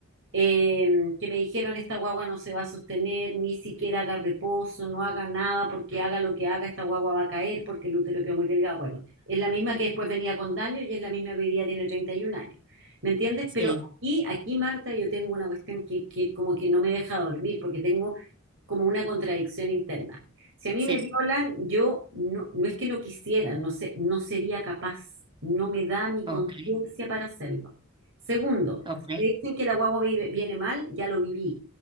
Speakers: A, on the right (about 65°); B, on the right (about 25°).
A: eh, que me dijeron esta guagua no se va a sostener, ni siquiera haga reposo, no haga nada, porque haga lo que haga, esta guagua va a caer porque el útero quedó muy delgado. Bueno, es la misma que después venía con daño y es la misma que hoy día tiene 31 años. ¿Me entiendes?
B: sí,
A: Pero aquí, aquí, Marta, yo tengo una cuestión que, que como que no me deja dormir, porque tengo como una contradicción interna. Si a mí
B: sí,
A: me violan, yo no, no es que no quisiera, no sé, no sería capaz, no me da mi
B: ok,
A: conciencia para hacerlo. Segundo,
B: ok,
A: me dicen que la guagua vive- viene mal, ya lo viví.